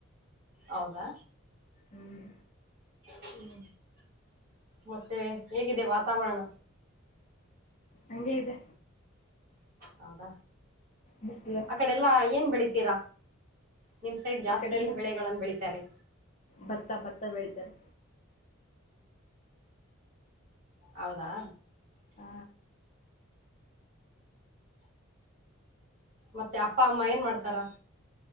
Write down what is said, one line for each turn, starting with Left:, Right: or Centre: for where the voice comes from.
Right: ಹೌದಾ
Left: ಹ್ಮ್
Right: ಹ್ಮ್ ಮತ್ತೆ ಹೇಗಿದೆ ವಾತಾವರಣ
Left: ಹಂಗೆ ಇದೆ
Right: ಹೌದ
Left: ಬಿಸಿಲು
Right: ಆ ಕಡೆಲ್ಲಾ ಏನ್ ಬೆಳ <unintelligible> ತೇರ ನಿಮ್ ಸೈಡ್ ಜಾಸ್ತಿ
Left: ಈ ಕಡೆ ಎಲ್ಲ
Right: ಏನ್ ಬೆಳೆಗಳನ್ ಬೆಳೀತಾರೆ
Left: ಭತ್ತ ಭತ್ತ ಬೆಳಿತಾರೆ
Right: ಹೌದಾ
Left: ಹ
Right: ಮತ್ತೆ ಅಪ್ಪ ಅಮ್ಮ ಏನ್ ಮಾಡ್ತಾರ